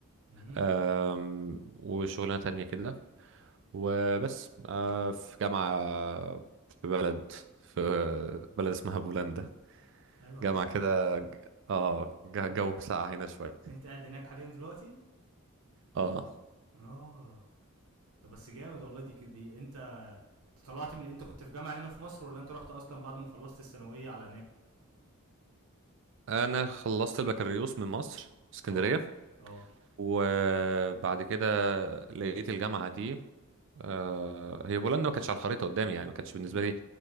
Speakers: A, on the right; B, on the right.
A: امم
B: آم، وشغلانة تانية كده وبس آه، في جامعة في بلد في بلد اسمها بولندا
A: ايوه عارفها
B: جامعة كده
A: طبعا
B: ج- اه ج-
A: انت
B: جو ساقع هنا شوية
A: انت قاعد هناك حاليا دلوقتي
B: اه
A: اه طب بس جامد والله دي دي انت انت طلعت من انت كنت في جامعة هنا في مصر ولا انت رحت اصلا بعد ما خلصت الثانوية على هناك
B: انا خلصت البكالوريوس من مصر اسكندرية
A: اه اه
B: وبعد كده لقيت الجامعة دي آه، هي بولندا ما كانتش على الخريطة قدامي يعني ما كانتش بالنسبة
A: امم
B: لي